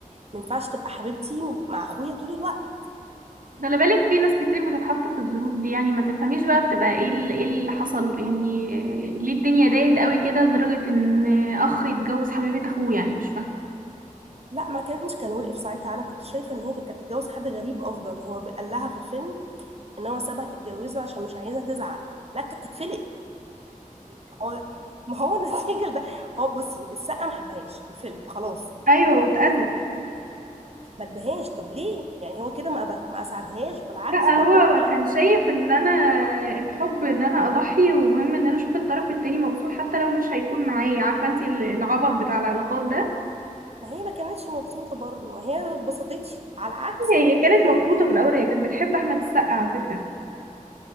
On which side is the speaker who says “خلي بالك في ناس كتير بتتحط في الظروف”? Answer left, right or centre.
Right